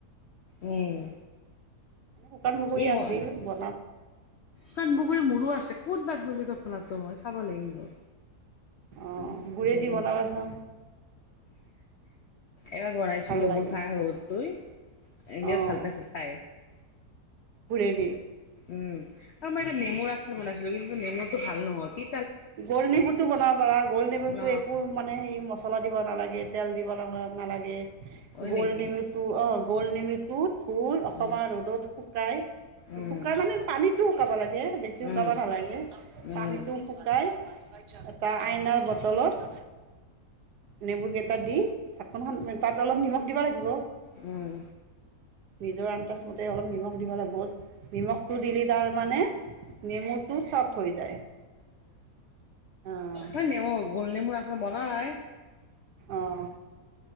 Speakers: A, on the left; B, on the right.
A: উম।
B: শুকান বগৰী
A: এই মই
B: আছিল। ক
A: <unintelligible> মোৰো আছে ক'ত বা গ'ল টোপোলাটো মই চাব লাগিবিব।
B: অঁ
A: অহ,
B: গুৰেদি বনাবাচোন
A: এবাৰ বনাইছিলো
B: ভাল লাগে
A: মোৰ ভাই হল তই
B: অঁ
A: বিৰাট ভাল পাইছিল খাই।
B: গুৰেদি
A: উম আৰু বাইদেউ নেমুৰ আচাৰ বনাইছিলো কিন্তু নমুটো ভাল নহল কি
B: গোল নেমুটো বনাব পাৰা, গোল নেমুতটো
A: ন
B: একো মানে মচলা মচলা দিব নালাগে, তেল দিব নালাগে। নালাগে,
A: হয়
B: গোল
A: নেকি
B: নেমুটো অ' গোল নেমুটো তো‌ অকমান
A: উম,
B: ৰদত শুকুৱাই,
A: উম,
B: শুকুৱাই মানে পানীটো শুকাব লাগে, বেছি
A: উম,
B: শুকাব নালাগে,
A: উম,
B: পানীটো শুকাই এটা আইনাৰ বটলত নেবু কেইটা দি ঢাকনখন তাইত অলপ নিমখ দিব লাগিব।
A: উম।
B: নিজৰ আন্দাজমতে অলপ নিমখ দিব লাগে, নিমখটো দিলি তাৰ মানে নেমুটো চফ্ট হৈ যায়। অ'
A: মনে ম গোল নেমু আছে বনা নাই।
B: অঁহ।